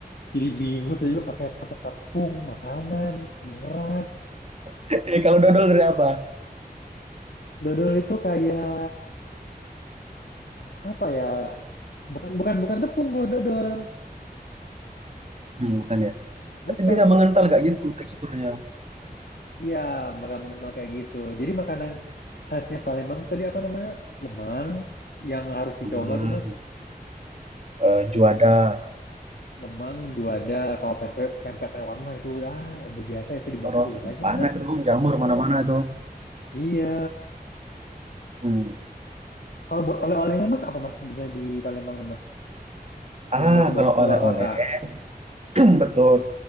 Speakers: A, on the left; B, on the right.
A: Jadi bingung saya juga pakai pakai tepung makanan mengeras.
B: <laughs> eh, kalau dodol dari apa
A: Dodol itu kayak apa ya? Bukan bukan bukan tepung kalau dodol.
B: hmm, bukan ya tapi
A: Bukan,
B: dia
A: bukan
B: mengental
A: tepung.
B: kayak gitu teksturnya
A: Iya, bakal mengenal kayak gitu. Jadi makanan khasnya Palembang tadi apa namanya? Lemang yang harus dicoba
B: hmm.
A: tuh, Mas.
B: eh, juada
A: Sama Lemang, juada, kalau pempek pempek Taiwan mah itu ah udah biasa itu dibakar
B: terus
A: juga banyak.
B: panas itu jamur mana-mana itu
A: Iya.
B: hmm.
A: Kalau buat oleh-olehnya Mas apa Mas bisa di Palembang nih, Mas?
B: ah
A: Yang buat dibawa
B: kalau
A: keluar
B: oleh-oleh
A: kota.
B: <clears throat> betul